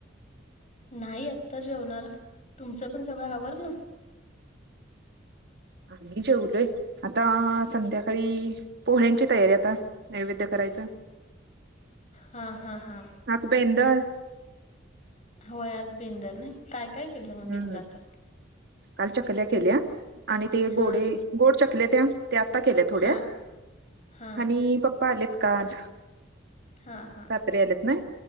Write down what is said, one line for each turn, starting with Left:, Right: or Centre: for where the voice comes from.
Left: नाही आत्ता जेवणार. तुमचं पण सगळं आवरलं?
Right: आम्ही जेवलोय. आता संध्याकाळी पोळ्यांची तयारी आता नैवेद्य करायचं.
Left: हा हा हा.
Right: आज बेंदर.
Left: होय, आज बेंदर ना. काय काय केलं
Right: हम्म
Left: मग बिंद्राचं?
Right: काल चकल्या केल्या. आणि ते
Left: हा
Right: गोडे गोड चकल्या त्या, ते आत्ता केल्या थोड्या.
Left: हा हा
Right: आणि पप्पा आलेत काल
Left: हा हा
Right: रात्री आल्यात ना,